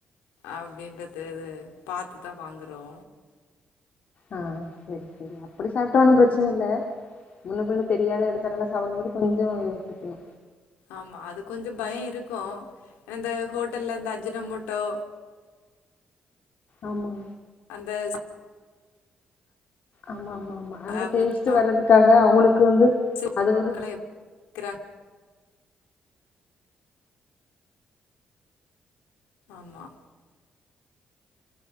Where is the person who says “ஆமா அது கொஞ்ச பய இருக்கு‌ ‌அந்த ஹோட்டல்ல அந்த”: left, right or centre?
Left